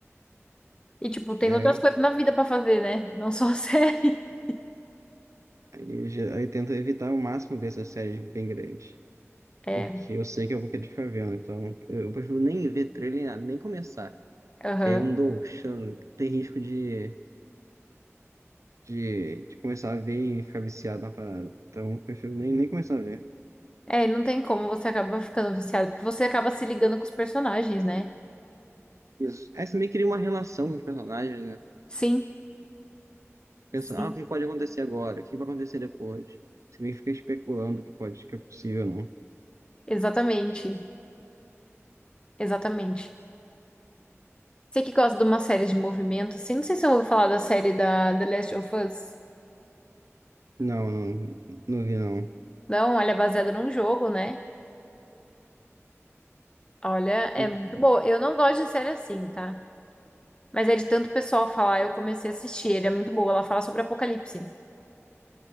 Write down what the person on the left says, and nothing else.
E, tipo, tem
outras coisas na vida pra fazer, né? Não só a série. <laughs>
É,
aham.
É, não tem como você acaba ficando viciado, porque você acaba se ligando com os personagens, né?
Sim,
sim.
Exatamente, exatamente. Você que gosta de uma série de movimento, assim, não sei se eu ouvi falar da série da The Last of Us.
Não, ela é baseada num jogo, né? Olha, é
muito boa. Eu não gosto de série assim, tá? Mas é de tanto pessoal falar, eu comecei a assistir. Ele é muito boa. Ela fala sobre apocalipse.